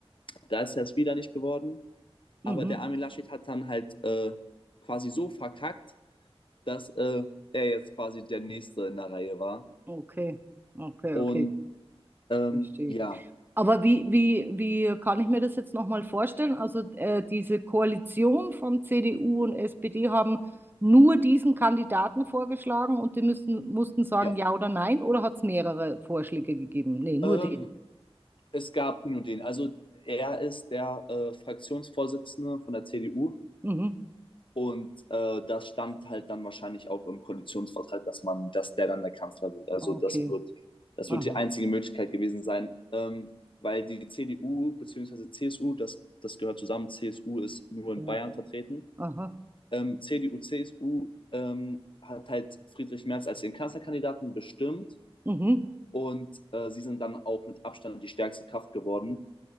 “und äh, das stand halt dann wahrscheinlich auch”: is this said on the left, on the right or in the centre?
Left